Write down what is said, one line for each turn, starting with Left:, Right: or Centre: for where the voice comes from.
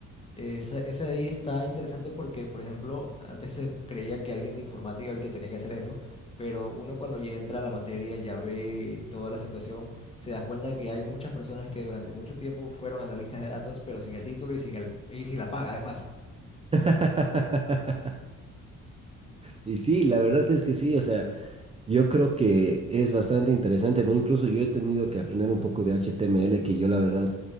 Left: esa- Ese, ahí está interesante porque, por ejemplo, antes se creía que alguien de informática era el que tenía que hacer eso, pero uno cuando ya entra a la materia, ya ve toda la situación, se da cuenta que hay muchas personas que durante mucho tiempo fueron analistas de datos, pero sin el título y sin el, y sin la paga, de paso.
Right: <laughs> Y sí, la verdad es que sí, o sea, Yo creo que es bastante interesante, ¿no? Incluso yo he tenido que aprender un poco de HTML, que yo la verdad